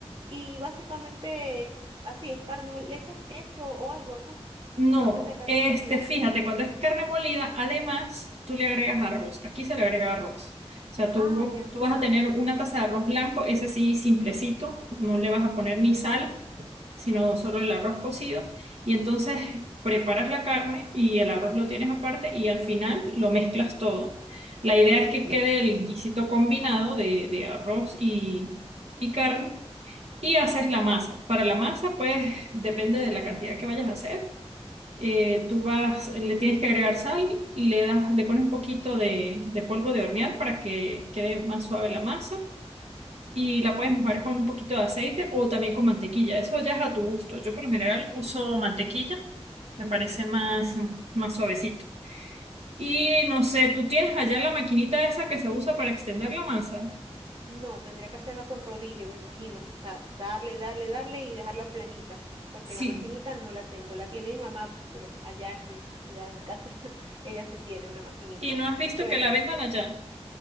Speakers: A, on the right; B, on the right.
A: y básicamente así es carne, mol- le echas queso o algo, ¿no?
B: No,
A: Cuando es de carne
B: este,
A: molida.
B: fíjate, cuando es carne molida, además tú le agregas arroz. Aquí se le agrega arroz. O sea, tú,
A: Ah, ya.
B: tú vas a tener una taza de arroz blanco, ese sí simplecito, no le vas a poner ni sal, sino solo el arroz cocido. Y entonces preparas la carne y el arroz lo tienes aparte y al final lo mezclas todo. La idea es que quede el guisito combinado de, de arroz y, y carne y haces la masa. Para la masa, pues depende de la cantidad que vayas a hacer. Eh, tú vas, le tienes que agregar sal, le das, le pones un poquito de, de polvo de hornear para que quede más suave la masa y la
A: Ujú,
B: puedes mojar con un poquito de aceite o también con mantequilla. Eso ya es a tu gusto. Yo por lo general
A: Sí.
B: uso mantequilla, me parece más, más suavecito. Y no sé, ¿tú tienes allá la maquinita esa que se usa para extender la masa?
A: No, tendría que hacerla con rodillo, me imagino. O sea, darle, darle, darle y dejarla planita, porque
B: Sí.
A: la maquinita no la tengo. La tiene mi mamá, pero allá en mi ciudad, en mi casa, <laughs> ella sí tiene una maquinita.
B: ¿Y no has visto
A: Pero
B: que la vendan allá?